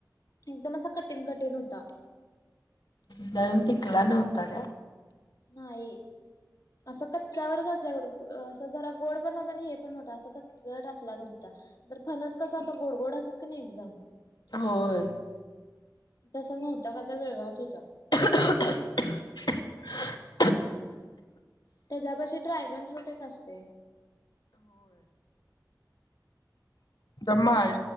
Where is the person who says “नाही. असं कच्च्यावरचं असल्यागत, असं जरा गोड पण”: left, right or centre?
Left